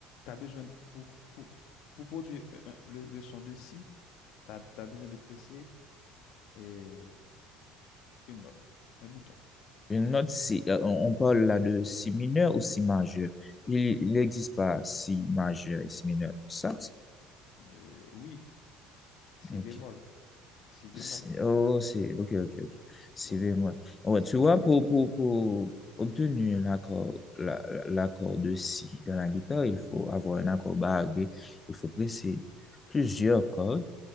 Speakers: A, on the left; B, on the left.
A: as, besoin, de- pour, pour, pour produire un- un- le, le son de si, tu as, besoin de presser euh, une note, un bouton.
B: Une note, si, euh, on on parle là de si mineur ou si majeur. Il il n'existe pas si majeur et si mineur. Ça, c'est-
A: Euh, oui, si
B: ok.
A: bémol, si bémol,
B: C'est- Oh, c'est, ok, ok, ok. C'est
A: tu vois,
B: vraiment. Ouais,
A: si
B: tu
A: bémol.
B: vois, pour, pour, pour obtenir l'accord, la- la- l'accord de si dans la guitare, il faut avoir un accord barré. Il faut presser plusieurs cordes